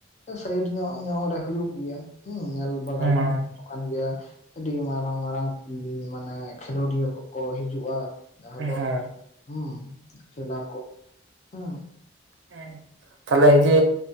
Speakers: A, on the left; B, on the right.
A: ᱥᱟᱭᱤᱰ ᱧᱚᱜ ᱧᱚᱜ ᱨᱮ ᱦᱩᱭᱩᱜ ᱜᱮᱭᱟ ᱦᱮᱸ ᱧᱮᱞ ᱵᱟᱲᱟ
B: ᱦᱮᱸ
A: ᱠᱟᱱ ᱜᱮᱭᱟ ᱟᱹᱰᱤ ᱢᱟᱨᱟᱝ ᱢᱟᱨᱟᱝ ᱢᱟᱱᱮ ᱠᱷᱮᱞᱳᱰᱤᱭᱟᱹ ᱠᱚᱠᱚ ᱦᱤᱡᱩᱜᱼᱟ ᱡᱟᱦᱟᱸ
B: ᱦᱮᱸ
A: ᱫᱚ ᱦᱩᱸ ᱠᱷᱮᱞᱟ ᱠᱚ ᱦᱩᱸ
B: ᱦᱮᱸ ᱛᱟᱦᱚᱞᱮ ᱡᱮ